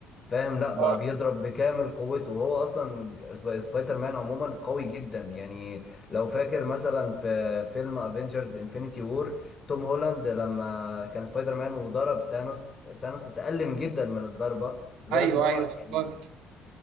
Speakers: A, on the left; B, on the right.
A: فاهم لا بقى
B: اه
A: بيضرب بكامل قوته وهو أصلا سب- سبايدر مان عموما قوي جدا يعني لو فاكر مثلا في فيلم افنجرز انفينيتي وور توم هولاند لما كان سبايدر مان وضرب ثانوس ثانوس اتألم جدا من الضربة لدرجة
B: ايوه
A: إن هو
B: ايوه افتكرت
A: يعني